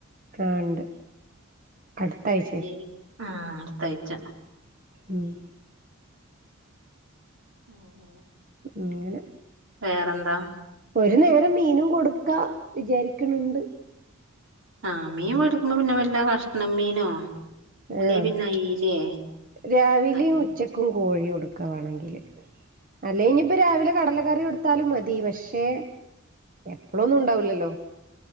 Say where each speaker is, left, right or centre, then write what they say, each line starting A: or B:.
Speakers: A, on the right; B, on the right.
A: ആഹ് ണ്ട് അടുത്ത ആഴ്ച
B: ഈ ആഹ് അടുത്തായിച്ച
A: ഉമ്
B: അങ്ങനെ
A: ങ്ങനെ
B: വേറെന്താ
A: ഒരു നേരം മീനും കൊടുക്കാ വിചാരിക്ക്ണ് ണ്ട്
B: ആഹ് മീൻ വേടിക്കുമ്പോ പിന്നെ വല്ല കഷ്ണം മീനോ അല്ലെ
A: ആഹ്
B: പിന്നെ അയിലേ
A: രാവിലിം
B: അത്
A: ഉച്ചക്ക് കോഴി കൊടുക്ക വാണെങ്കില് അല്ലെങ്കി പ്പ രാവിലെ കടല കറി കൊടു ത്താലും മതി പക്ഷേ എപ്പോളോന്നും ഉണ്ടാവൂല്ല ല്ലോ